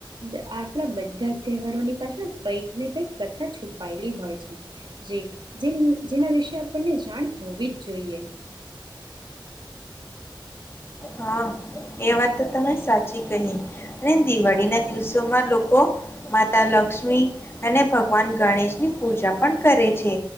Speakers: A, on the right; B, on the left.
A: છે આપણા બધા તહેવારોની પાછળ કંઈક ને કંઈક કથા છુપાયેલી હોય છે જે જેના વિશે આપણને જાણ હોવી જ જોઈએ.
B: હા એ વાત તો તમે સાચી કહી અને દિવાળી ના દિવસોમાં લોકો માતા લક્ષ્મી અને ભગવાન ગણેશ ની પૂજા પણ કરે છે